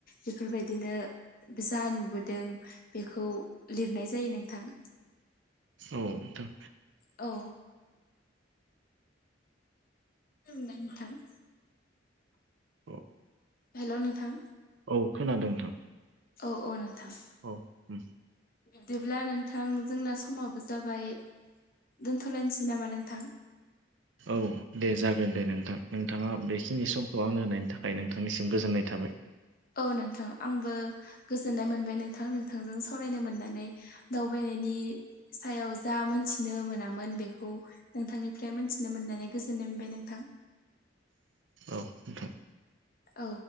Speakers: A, on the left; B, on the right.
A: बेफोरबायदिनो जा नोबोदों बेखौ लिरनाय जायो नोंथां
B: औ नोंथां।
A: औ। नोंथां।
B: औ।
A: हेल' नोंथां।
B: औ खोनादों नोंथां।
A: औ औ नोंथां।
B: औ उम
A: बिब्दिब्ला नोंथां जोंना समाबो जाबाय दोनथ'लायनोसै नामा नोंथां।
B: औ दे जागोन दे नोंथां नोंथाङा बेखिनि समखौ आंनो होनायनि थाखाय। ना नोंथांनिसिम गोजोननाय थाबाय।
A: औ नोंथां आंबो गोजोननाय मोनबाय नोंथां नोंथांजों सावरायनो मोननानै दावबायनायनि सायाव जा मोनथिनो मोनामोन बेखौ नोंथांनिफ्राय मोनथिनो मोननानै गोजोननाय मोनबाय नोंथां।
B: औ नोंथां।
A: औ।